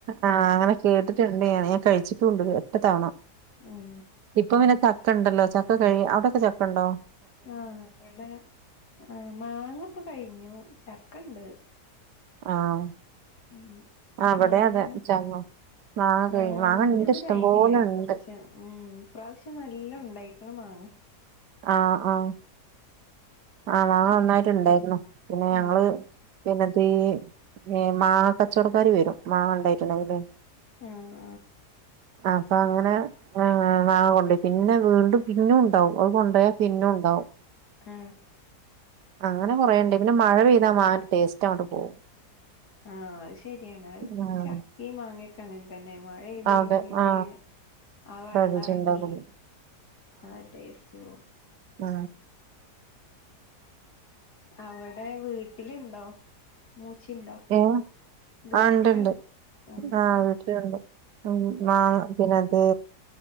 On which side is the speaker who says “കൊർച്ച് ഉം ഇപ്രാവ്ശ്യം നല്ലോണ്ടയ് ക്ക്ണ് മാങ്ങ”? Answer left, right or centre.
Left